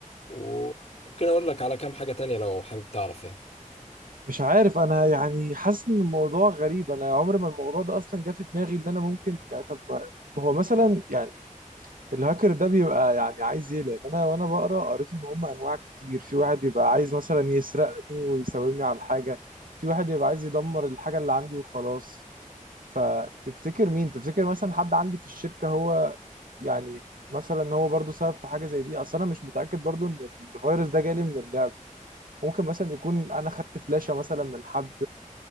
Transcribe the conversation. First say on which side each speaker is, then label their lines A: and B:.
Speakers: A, on the left; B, on the right.
A: وممكن اقول لك على كام حاجة تانية لو حابب تعرف يعني
B: مش عارف انا يعني حاسس ان الموضوع غريب انا عمري ما الموضوع ده اصلا جه في دماغي ان انا ممكن يعني طب هو مثلا يعني الهاكر ده بيبقى يعني عايز ايه لان انا وانا بقرا قريت ان هم انواع كتير في واحد يبقى عايز مثلا يسرقني ويساومني على الحاجه في واحد يبقى عايز يدمر الحاجه اللي عندي وخلاص فتفتكر مين تفتكر مثلا حد عندي في الشركة هو يعني مثلا هو برضو سبب في حاجة زي دي اصل انا مش متأكد برضو ان الفيروس ده جالي من اللعب ممكن مثلا يكون انا خدت فلاشة مثلا من حد